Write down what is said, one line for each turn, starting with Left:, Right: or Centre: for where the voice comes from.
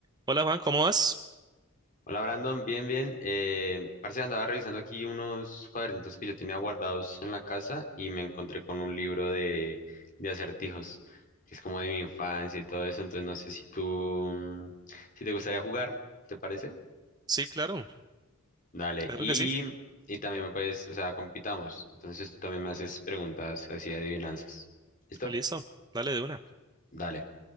Right: Hola Juan, ¿cómo vas?
Left: Hola Brandon, bien, bien. Eh, parce, andaba revisando aquí unos cuadernitos que yo tenía guardados en la casa y me encontré con un libro de, de acertijos, que es como de mi infancia y todo eso. Entonces no sé si tú, mm, si te gustaría jugar, ¿te parece?
Right: Sí, claro,
Left: Dale.
Right: claro
Left: Y,
Right: que sí.
Left: y también me puedes, o sea, compitamos. Entonces tú también me haces preguntas así de adivinanzas. ¿Listo?
Right: Listo, dale de una.
Left: Dale.